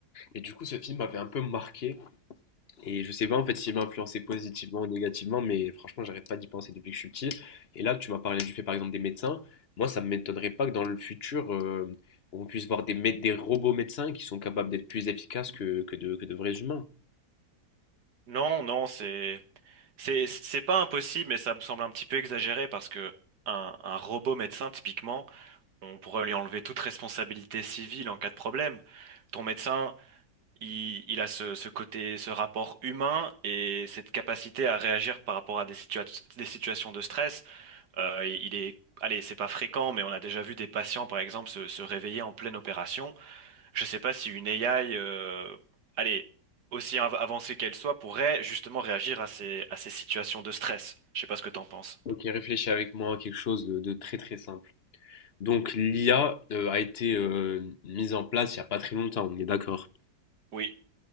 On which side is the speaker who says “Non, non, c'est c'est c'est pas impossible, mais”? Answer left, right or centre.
Right